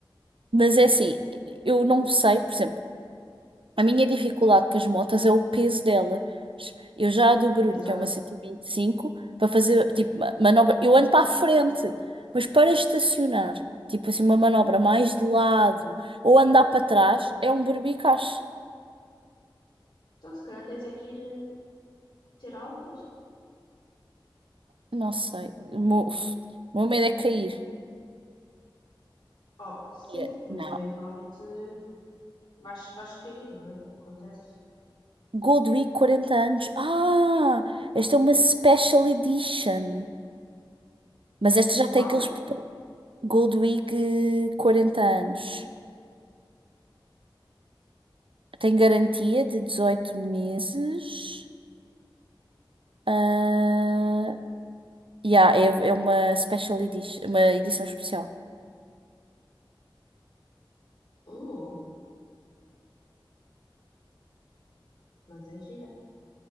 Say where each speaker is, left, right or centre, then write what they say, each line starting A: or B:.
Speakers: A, on the right; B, on the left.
A: mas é assim, eu não sei, por exemplo, a minha dificuldade com as motas é o peso delas. Eu já a do Bruno,
B: Exato.
A: que é uma 125, para fazer, tipo, ma- manobra. Eu ando para a frente, mas para estacionar, tipo assim, uma manobra mais de lado ou andar para trás, é um berbicacho.
B: Então, se calhar tens é que ir eh, ter aulas.
A: Não sei. O meu, o meu medo é cair.
B: Oh, sim,
A: Yeah.
B: mas
A: Não.
B: eventualmente eh, vais, vais cair, não é? Acontece.
A: Gold Week 40 anos. Ah, esta é uma special edition. Mas esta já tem
B: Qual?
A: aqueles botões. Gold Week eh, 40 anos. Tem garantia de 18 meses. Ah, yeah, é, é uma special edition, uma edição especial.
B: Uh, mas é gira.